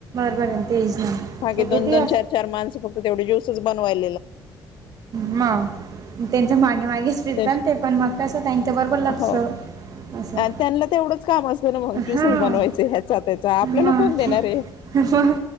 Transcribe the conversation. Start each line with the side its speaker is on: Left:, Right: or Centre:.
Right: बरं बरं तेच ना
Left: मागे
Right: सगळे
Left: दोन
Right: ते
Left: दोन चार चार माणस फक्त तेवढे ज्यूसेच बनवायला
Right: म त्यांच्या मागे मागेच फिरतात
Left: तेच
Right: ते पण मग कसं त्यांच्याबरोबर लक्ष
Left: हो
Right: असं
Left: अ त्यांना तेवढंच काम असतं ना मग ज्युसेस
Right: हां
Left: बनवायचे ह्याचा त्याचा आपल्याला
Right: मग
Left: कोण देणार
Right: ते
Left: हे
Right: मग